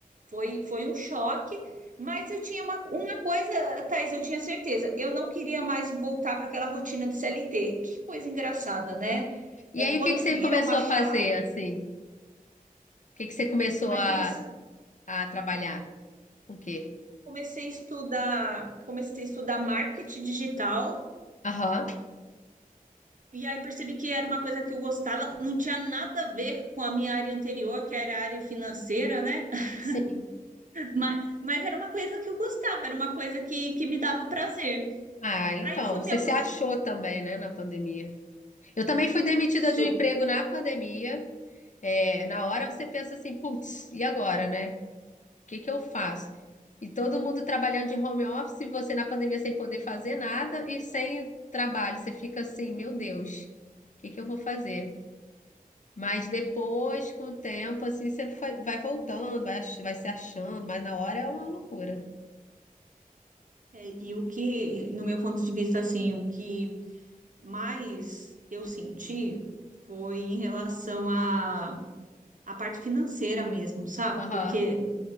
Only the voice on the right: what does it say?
Foi, foi um choque, mas eu tinha uma, uma coisa, Thaís, eu tinha certeza. Eu não queria mais voltar para aquela rotina de CLT. Que coisa engraçada, né?
É
quando
vira
uma chave,
aí
comecei,
comecei a estudar, comecei a estudar marketing digital
E aí percebi que era uma coisa que eu gostava, não tinha nada a ver com a minha área anterior, que era a área financeira, né? <laughs>
Mas, mas era uma coisa que eu gostava, era uma coisa que, que me dava prazer.
Aí fui me
aprofundar
nisso.
É, e o que, no meu ponto de vista, assim, o que mais eu senti foi em relação à, à parte financeira mesmo, sabe?
Porque